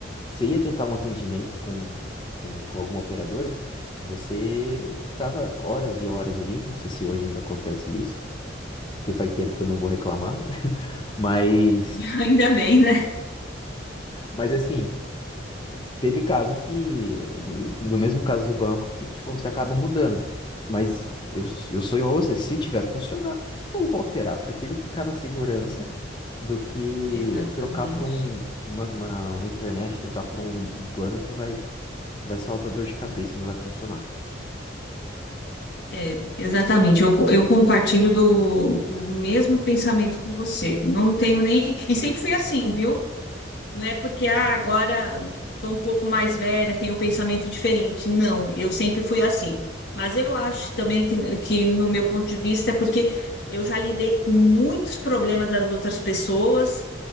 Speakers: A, on the left; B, on the left.
A: Você ia tentar um atendimento com, com, com alguma operadora, você ficava horas e horas ali. Não sei se hoje ainda acontece isso que faz tempo que eu não vou reclamar, né? <laughs> Mas,
B: <laughs> ainda bem, né?
A: mas assim, teve caso que, no no mesmo caso do banco, que tipo, você acaba mudando. Mas eu, eu sou igual a você, se tiver funcionando, não vou alterar. Prefiro ficar na segurança do que
B: Exatamente.
A: trocar por um, uma, uma, uma internet, trocar por um, um plano que vai, que vai só dar dor de cabeça, não vai funcionar.
B: É, exatamente. Eu, eu compartilho do, do mesmo pensamento com você. Não tenho nem. E sempre fui assim, viu? Não é porque ah, agora estou um pouco mais velha, tenho um pensamento diferente. Não, eu sempre fui assim. Mas eu acho também que, que no meu ponto de vista, é porque eu já lidei com muitos problemas das outras pessoas